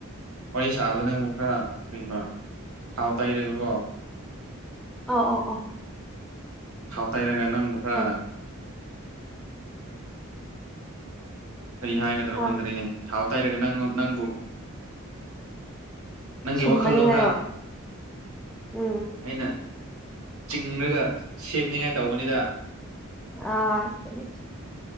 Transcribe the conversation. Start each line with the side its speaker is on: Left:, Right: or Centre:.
Right: ꯋꯥꯔꯤ ꯁꯥꯕꯗ ꯅꯪꯕꯨ ꯈꯔ ꯀꯕꯩ ꯊꯥꯎ ꯇꯩꯔꯒꯀꯣ
Centre: ꯑꯣ ꯑꯣ ꯑꯣ
Right: ꯊꯥꯎ ꯇꯩꯔꯒ ꯅꯪꯕꯨ ꯈꯔ
Centre: ꯌꯥꯝ
Right: ꯀꯔꯤ ꯍꯥꯏꯒꯗ꯭ꯔ ꯈꯪꯗꯦꯅꯦ
Centre: ꯑꯥ
Right: ꯊꯥꯎ ꯇꯩꯔꯒ ꯅꯪ ꯅꯪꯕꯨ ꯅꯪꯒꯤ
Centre: ꯁꯨꯝꯕꯅꯦ
Right: ꯋꯥꯈꯜꯗꯣ
Centre: ꯍꯥꯏꯌꯣ
Right: ꯈꯔ
Centre: ꯎꯝ
Right: ꯑꯩꯅ ꯆꯤꯡꯉꯒ ꯁꯦꯝꯅꯤꯡꯉꯥꯏ ꯇꯧꯕꯅꯤꯗ
Centre: ꯑꯥ <unintelligible>